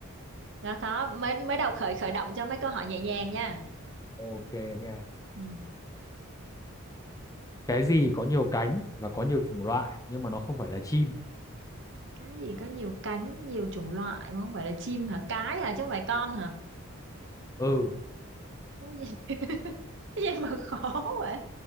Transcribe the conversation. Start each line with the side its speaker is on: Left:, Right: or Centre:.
Right: Đó, khó mới mới đầu khởi khởi động cho mấy câu hỏi nhẹ nhàng nha
Left: Ok nha.
Right: ừ.
Left: Cái gì có nhiều cánh và có nhiều chủng loại nhưng mà nó không phải là chim?
Right: cái gì có nhiều cánh nhiều chủng loại không phải là chim hả cái hả chứ không phải con hả
Left: Ừ,
Right: cái gì <laughs> cái gì mà khó vậy